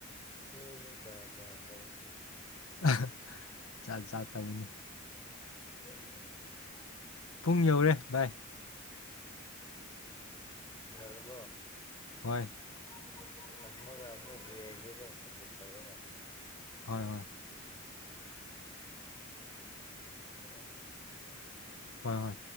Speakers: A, on the left; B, on the left.
A: ꯑꯗꯨ ꯌꯥ ꯌꯥ ꯇ
B: ꯑ ꯆꯥꯛ ꯆꯥ ꯇꯧꯕꯅꯤ
A: ꯗꯦꯗꯤ
B: ꯄꯨꯡ ꯌꯧꯔꯦ ꯕꯥꯏ
A: ꯍꯔꯕ ꯀꯣ
B: ꯍꯣꯏ
A: ꯎꯝ ꯊꯃꯒꯃ ꯌꯦꯦꯒꯒ ꯁꯝꯃꯦ ꯇꯧꯔꯒ
B: ꯍꯣꯏ ꯍꯣꯏ
A: ꯎꯝ ꯎꯝ ꯐꯂꯁꯦ
B: ꯍꯣꯏ ꯍꯣꯏ